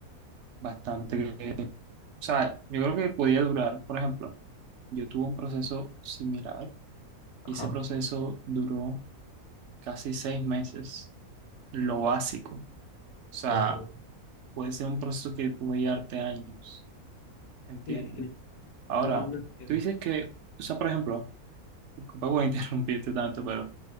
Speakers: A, on the right (about 65°); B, on the left (about 80°).
A: bastante, o sea, yo creo que podía durar, por ejemplo, yo tuve un proceso similar
B: Ajá,
A: y ese proceso duró casi seis meses, lo básico, o sea,
B: ok.
A: puede ser un proceso que puede llevarte años, ¿entiendes?
B: Sí, sí,
A: Ahora,
B: yo lo entiendo.
A: tú dices que, o sea, por ejemplo, disculpa por <laughs> interrumpirte tanto, pero